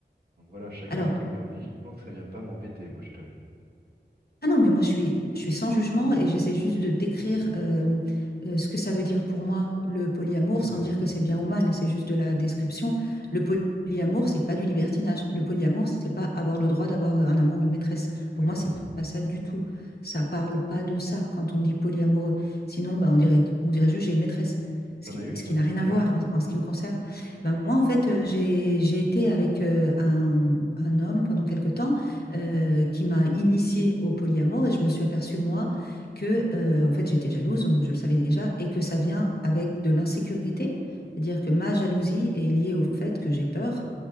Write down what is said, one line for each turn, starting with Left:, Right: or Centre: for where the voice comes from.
Right: Donc voilà, chacun
Left: Alors,
Right: fait comme il a envie, tant que ça vient pas m'embêter, moi je t'avoue.
Left: Ah non, mais moi, je suis, je suis sans jugement et j'essaie juste de décrire euh, euh, ce que ça veut dire pour moi, le polyamour,
Right: D'accord,
Left: sans dire que c'est bien ou mal, c'est juste de la description. Le polyamour, c'est pas du libertinage. Le polyamour, c'est pas avoir le droit d'avoir un amant ou une maîtresse. Pour
Right: d'accord.
Left: moi, c'est pas ça du tout. Ça parle pas de ça quand on dit polyamoureux. Sinon, bah, on dirait, on dirait juste j'ai une maîtresse, ce
Right: T'en
Left: qui,
Right: as eu
Left: ce
Right: toi
Left: qui n'a
Right: du
Left: rien
Right: polyamour?
Left: à voir en, en ce qui me concerne. Bah, moi, en fait, euh, j'ai, j'ai été avec euh, un, un homme pendant quelques temps euh, qui m'a initiée au polyamour et je me suis aperçue, moi, que euh, en fait, j'étais jalouse, donc je le savais déjà, et que ça vient avec de l'insécurité. C'est-à-dire que ma jalousie est liée au fait que j'ai peur